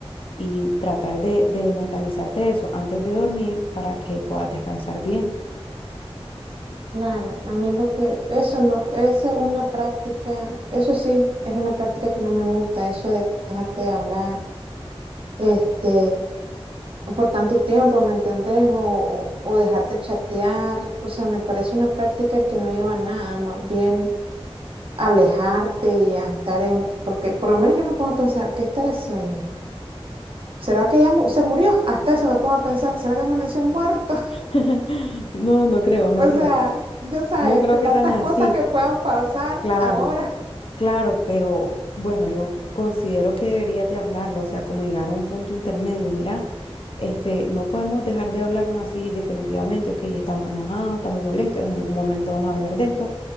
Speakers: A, on the left; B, on the right.
A: y tratar de, de mentalizarte eso antes de dormir para que puedas descansar bien.
B: Claro, a mí lo que, eso no, esa es una práctica, eso sí, es una práctica que no me gusta, eso de dejarte de hablar. este, por tanto tiempo, ¿me entendés? O, o, o dejar de chatear, o sea, me parece una práctica que no lleva a nada, más bien alejarte y a estar en, porque por lo menos yo me pongo a pensar, ¿qué estar haciendo? ¿Será que ya mu- se murió? Hasta eso me pongo a pensar, ¿será que amaneció muerto? <laughs>
A: <laughs> No, no creo, no
B: O
A: creo.
B: sea, yo sabes
A: No creo
B: que tantas
A: que tan así.
B: cosas que puedan pasar
A: Claro,
B: ahora.
A: claro, pero bueno, yo considero que deberías de hablarlo, o sea, como llegar a un punto intermedio. Mira, este, no podemos dejar de hablarnos así definitivamente, ok, estamos enojados, estamos molestos, en algún momento vamos a hablar de esto,